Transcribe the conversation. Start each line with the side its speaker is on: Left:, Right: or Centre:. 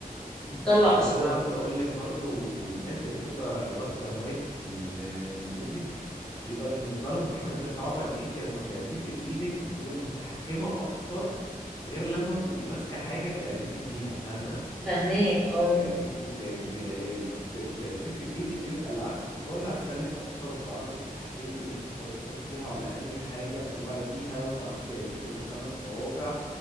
Centre: بتطلع
Left: بس
Centre: أصوات
Left: انا عاوز اقول لك برضو الناس اللي بتبقى واخده هوايه ال- الميوزك بيبقى بالنسبه لهم الكمانجه صعبه ان انت لما بتعزفي بايدك بتبقي متحكمه اكتر غير لما بتبقي ماسكه حاجه بتعزفي بيها فاهمه؟
Centre: فهماك اه
Left: يعني انت بت... ب- يعني لما بت... بتعزفي بايدك بيبقى العزف طالع سلس اكتر وبتعرفي تتحكمي بايدك تحط... تحطيها على اني حاجه تطلعي بيها وتعرفي تعزفي بالخمس صوابع